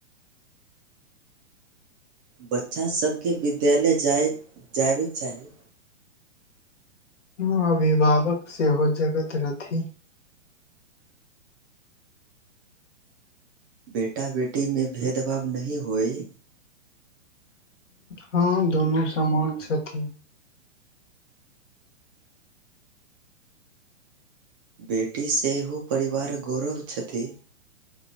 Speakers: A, on the right; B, on the left.
A: बच्चासभके विद्यालय जाय जायबाक चाही
B: हँ अभिभावक सेहो जगत रहथि
A: बेटा बेटी मे भेदभाव नहि होइ
B: हँ दुनू समान छथि
A: बेटी सेहो परिवार गौरव छथि